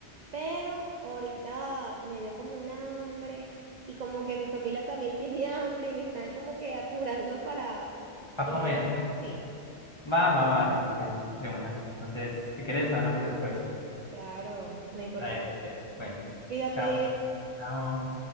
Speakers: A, on the right (about 55°); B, on the left (about 25°).
A: Pero ahorita me dio como un hambre y como que mi familia también <laughs> tiene hambre y me están como que apurando para
B: Para
A: ir
B: comer.
A: a... Sí,
B: Va, va, va, listo, bueno, de una. Entonces, si quieres hablamos después.
A: claro, no importa.
B: Eh, de- bueno,
A: Cuídate.
B: chao. Chao.